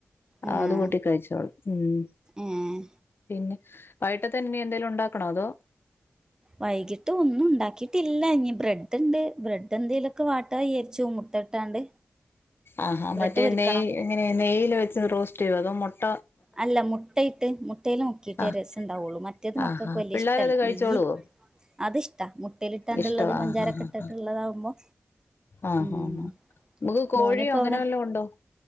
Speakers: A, on the right; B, on the left.
A: ഏഹ്
B: ആത് കൂട്ടി കഴിച്ചോളും ഉം
A: ഏഹ്
B: പിന്നെ വൈകിട്ടത്തേന് ഇനിഎന്തെലും ഉണ്ടാക്കണോ അതോ?
A: വൈകിട്ട് ഒന്നും ഉണ്ടാക്കിയിട്ടില്ല ഇനി ബ്രെഡ് ണ്ട് ബ്രെഡ് എന്തേലുക്കെ വാട്ടാ വിചാരിച്ചു മുട്ട ഇട്ടാണ്ട്
B: ആഹാ
A: ബ്രെഡ്
B: മറ്റേ
A: പൊരിക്കണം
B: നെയ്യ് എങ്ങനെ നെയില് വെച്ച് ഇത് റോസ്റ്റ് ചെയോ അതോ മൊട്ട
A: അല്ല മുട്ടയിട്ട് മുട്ടേൽ മുക്കിയിട്ടേ
B: ആഹ്
A: രസം ഉണ്ടാവുള്ളു മറ്റേത് മക്കൾക്ക്
B: ആഹാ
A: വലിയ
B: പിള്ളേരത്
A: ഇഷ്ടല്ല
B: കഴിച്ചോളുവോ
A: നെയ്യ് അത് ഇഷ്ട മുട്ടെല് ഇട്ടാണ്ട്ള്ളത്
B: ഇഷ്ടവാ
A: പഞ്ചാരൊക്കെ
B: ആഹ് ആഹ്
A: ഇട്ടിട്ടുള്ളതാവ്മ്പൊ
B: ആഹ് ആഹ്
A: ഉം
B: ആഹ് നമുക്ക് കോഴിയോ
A: മോനി ഇപ്പോ
B: അങ്ങനെ
A: ഇവിടെ
B: വല്ലോം ഉണ്ടോ